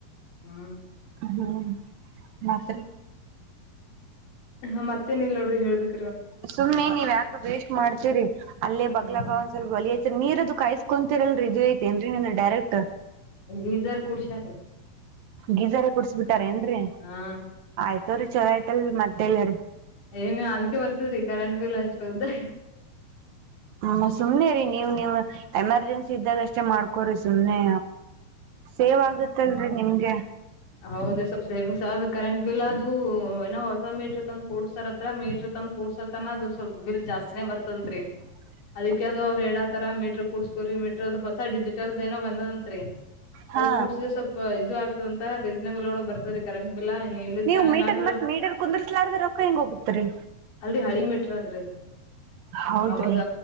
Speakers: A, on the left; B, on the right.
A: ಹ್ಮ್
B: ಹ್ಮ್ ಮಾತ್ರಿ.
A: ಹಾ ಮತ್ತೇ ಇಲ್ರಿ ನೋಡ್ರಿ ಹೇಳಬೇಕು.
B: ಸುಮ್ಮನೆ ನೀವ್ ಯಾಕ ವೇಸ್ಟ್ ಮಾಡ್ತೀರಿ ಅಲ್ಲೇ ಬಗ್ಲಾಗ.
A: ಹ್ಮ್
B: ಹೋಲಿ ಐತ್ರಿ ನೀರ್ ಅದು ಕಾಯಸ್ಕೊರಲ್ರಿ ಇದು ಐತೆೇನ್ರಿ ನೀನ್ ಡೈರೆಕ್ಟ್
A: ಗಿರಿಜಾ ಅವ್ರು ಕುರ್ಷಾರ.
B: ಗೀಝರ್ ಕುಡ್ಸ್ ಬಿಟಾರ ಏನ್ರರಿ
A: ಹಾ
B: ಆಯ್ತವ್ರರಿ ಚೊಲೋ ಆಯ್ತಲ್ರಿ ಮತ್ ಹೇಳಿರಿ.
A: ಏನ್ ಅದ್ಕ ಬರ್ತದ್ರಿ ಕರೆಂಟ್ ಬಿಲ್ ಅಷ್ಟು ಉದ್ದ.
B: ಹ್ಮ ಸುಮ್ನೆ ರೀ ನೀವ್ ನೀವು ಎಮರ್ಜೆನ್ಸಿ ಇದ್ದಾಗ ಅಷ್ಟೇ ಮಾಡ್ಕೊರಿ ಸುಮ್ನೆ. ಸೇವ್ ಆಗುತ್ತಲ್ರಿ ನಿಮ್ಗೆ.
A: ಹೌದ ಸ್ವಲ್ಪ್ ಸೇವಿಂಗ್ಸ್ ಆದ ಕರೆಂಟ್ ಬಿಲ್ ಅದು ಏನ ಹೊಸ ಮೀಟ್ರ ತಂದು. ಕೂಡ್ಸರ್ತ್ರ ಮೀಟ್ರ ತಂದ ಕೂಡ್ಸಕನ ಅದು ಸ್ವಲ್ ಬಿಲ್ ಜಾಸ್ತಿನೇ ಬರ್ತನ್ತ್ರಿ.
B: <inaudible>
A: ಅದಕ ಅದು ಅವ್ರು ಹೇಳೋ ತರ ಮೀಟ್ರರ್ ಕುೂಸ್ಕೋ ಮೀಟ್ರ ಅದ್ ಹೊಸ ಡಿಜಿಟಲ್ದ ಏನೋ ಬಂದಂತ್ರಿ.
B: ಹಾ
A: ಅದು ಕೂಡ್ಸಿದ ಸ್ವಲ್ಪ ಇದು ಆಗ್ತದಂತ ರೀಸನೇಬಲ್ ಒಳಗ ಬರ್ತದರೀ ಕರೆಂಟ್ ಬಿಲ್. ಇರ್ಲಿತ್ತಾನಲ್ಲ
B: ನೀವು ಮೀಟರ್
A: ಅಂದ್ರ
B: ಮತ್ ಮೀಟರ್ ಕುಂದರ್ಸ್ಲಾರ್ದ್ರ ರೊಕ್ಕ ಹೆಂಗ ಹೋಗಿತ್ರಿ.
A: ಅಲ್ರಿ ಹಳೆ ಮೆಟ್ರದ್ರ ಅದು
B: ಹೌದ್ರಿ
A: ಅವಾಗ